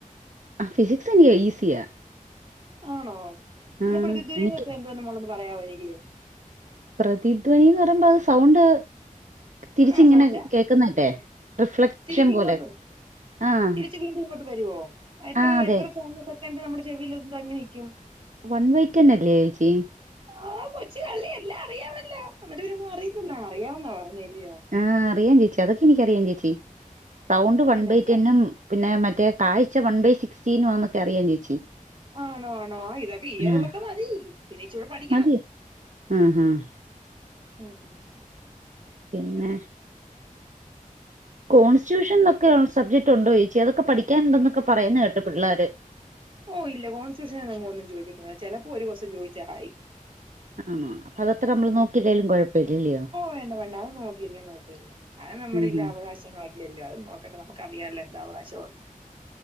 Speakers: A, on the right; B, on the right.
A: ആ ഫിസിക്സ് എനിക്ക് ഈസിയാ
B: ആണൊ.
A: ആഹ്
B: എന്ന പ്രതിധ്വനി
A: എനിക്ക്
B: ന്ന് വെച്ചാ എന്തോന്നാ മോളൊന്ന് പറയാമോ എനിക്ക്
A: പ്രതിധ്വനി ഇന്ന് പറയുമ്പോ അത് സൗണ്ട് തിരിച്ച
B: ആ
A: പ.. കേക്ക്ങ്ങനെ
B: സൗണ്ട്
A: കേൾക്കുന്നല് െ റിഫ്ലക്ഷൻ
B: തിരിച്ചിങ്ങോട്ട്
A: പോലെ
B: വരും
A: ആഹ്
B: തിരിച്ച് വീണ്ടും ഇങ്ങോട്ട് വരരോഎത്ര
A: ആഹ് അതെ
B: എത്ര സമയം സെക്കണ്ട് നമ്മുടെ ചെവില് എ തങ്ങി നിക്കും
A: വൺ വെടെൻ അല്ലേച്ചി.
B: ആ കൊച്ചുകള്ളി എല്ലാം അറിയാമല്ലോ. എനിട്ട് പിന്നെ ഒന്നും അറിയത്തില്ല ആ അറിയാവന്നാ പറഞ്ഞല്ലയോ
A: ആ അറിയാ... പരി ചേച്ചി അതൊക്കെ എനിക്കറിയാാം ചേച്ചി സൗണ്ട്
B: ആ
A: വൺ
B: പിന്നെന്താ
A: ബൈ ടെന്നും പിന്നെ മറ്റെ കാഴ്ച വൺ ബൈ സിക്സ്റ്റീനന്നൊക്കെ അറിയം ചേച്ചി
B: ആണോ ആണോ ആ ഇതൊക്കെ ഈയറ്റ്റ്വെക്കെ
A: ആഹ്
B: മതി പിന്നേ ഇച്ചിടെ പഠിക്കണം.
A: മതി ആഹ് ആഹ്
B: ഉം
A: പിന്നെ കോൺസ്റ്റസ്റ്റിറ്റ്യൂഷനൊക്കെ സബ്ജക്റ്റ് ഉണ്ടോ ഏച്ചി അതൊക്കെ പഠിക്കാനുണ്ടന്നൊക്ക പ പറയുന്നത് കേട്ടെ പിള്ളേര്
B: ഓ ഇല്ല കോൺസ്റ്റിറ്റ്യൂഷൻ ഒന്നും ചോദിക്കില്ല ചെലപ്പോ ഒരു കോസ്റ്റൈൻ ചോയിച്ചാലായി
A: ആണോ അപ്പൊ അതത്ര നമ്മള്
B: ഉംഉം.
A: നോക്കില്ലേലും കുഴപ്പമില്ലല്ലയോ
B: വേണ്ട വേണ്ട അത് നോക്കില്ലേം കൊഴപ്പല്ല. അത് നമ്മുള്
A: ആഹ്
B: ഇല്ല അവകാശങ്ങളൊക്കെ അല്ലെ. അത്. നോക്കട്ടെ ' നമുക്ക് അറിയാല്ലോ എന്ത അവകാശം ഓങ്ങിയാണ്